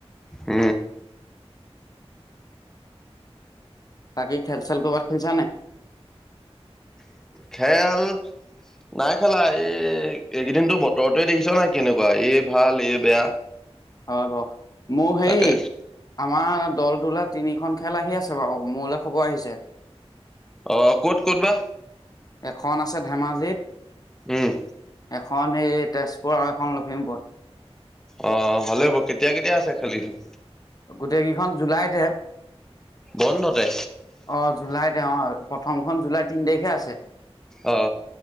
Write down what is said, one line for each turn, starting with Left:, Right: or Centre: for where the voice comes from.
Centre: উ
Left: তাকি খেল চেল কবাৰ খেলছা নে
Centre: খেল নাই খালা এই এইকেইদিনতো বতৰটোৱে দেখিছ নাই কেনেকুৱা এই ভাল এই বেয়া
Left: হয় ব মোৰ সেই
Centre: তাকে
Left: আমাৰ দল তোলা তিনিখন খেল আহি আছে বাৰু মোলৈ খবৰ আহিছে
Centre: অ ক'ত ক'ত বা
Left: এখন আছে ধেমাজিত
Centre: উম,
Left: এখন এই তেজপুৰ আৰু এখন লখিমপুৰ
Centre: অ ভালে হ'ব কেতিয়া কেতিয়া আছে খালিখনোন
Left: গোটেই কেইখন জুলাইতে
Centre: বন্ধতে
Left: অ জুলাইতে অ প্ৰথমখন জুলাই তিনি তাৰিখে আছে
Centre: অঁ